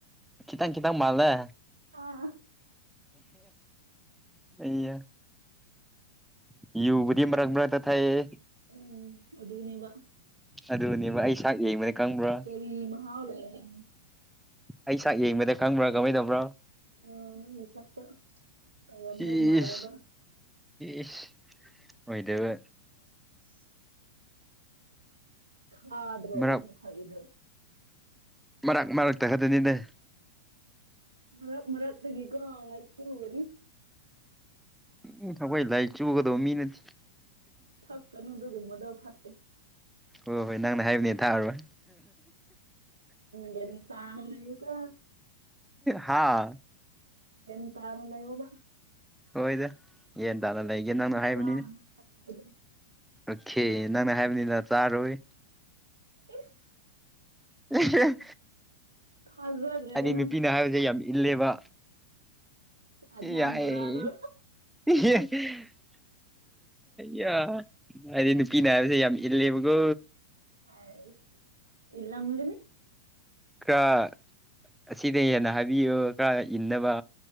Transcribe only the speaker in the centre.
ꯈꯤꯠꯇꯪ ꯈꯤꯇꯪ ꯃꯥꯜꯂꯦ
ꯏꯌꯥ <unintelligible> ꯕꯨꯗꯤ ꯃꯔꯛ ꯃꯔꯛꯇ ꯊꯛꯑꯦ
ꯑꯗꯨꯅꯦꯕ ꯑꯩ ꯁꯥꯛ ꯌꯦꯡꯕꯗ ꯀꯪꯕ꯭ꯔꯥ
ꯑꯩ ꯁꯥꯛ ꯌꯦꯡꯕꯗ ꯈꯪꯕ꯭ꯔꯥ ꯀꯃꯥꯏ ꯇꯧꯕ꯭ꯔꯥ
ꯏꯁ
ꯏꯁ ꯑꯣꯏꯗꯕ
ꯃꯔꯛ
ꯃꯔꯛ ꯃꯔꯛꯇ ꯈꯛꯇꯅꯤꯗ
ꯎꯝ ꯑꯩꯈꯣꯏ ꯂꯥꯏꯆꯨꯒꯗꯧꯕ ꯃꯤ ꯅꯠꯇꯦ
ꯍꯣꯏ ꯍꯣꯏ ꯅꯪꯅ ꯍꯥꯏꯕꯅꯦ ꯊꯥꯛꯑꯔꯣꯏ
ꯍꯥ
ꯍꯣꯏꯗ ꯌꯦꯟ ꯇꯥꯅ
ꯂꯩꯒꯦ ꯅꯪꯅ ꯍꯥꯏꯕꯅꯤꯅꯦ
ꯑꯣꯀꯦ ꯅꯪꯅ ꯍꯥꯏꯕꯅꯤꯅ ꯆꯥꯔꯣꯏ
<unintelligible>
ꯑꯩꯗꯤ ꯅꯨꯄꯤꯅ ꯍꯥꯏꯕꯁꯦ ꯌꯥꯝ ꯏꯜꯂꯦꯕ
ꯌꯥꯏ
<unintelligible> ꯌꯥ ꯑꯩꯗꯤꯗꯤ ꯅꯨꯄꯤꯅ ꯍꯥꯏꯕꯁꯦ ꯌꯥꯝ ꯏꯜꯂꯦꯕꯀꯣ
ꯈꯔ ꯑꯁꯤꯗꯩ ꯍꯦꯟꯅ ꯍꯥꯏꯕꯤꯌꯨ ꯈꯔ ꯏꯟꯅꯕ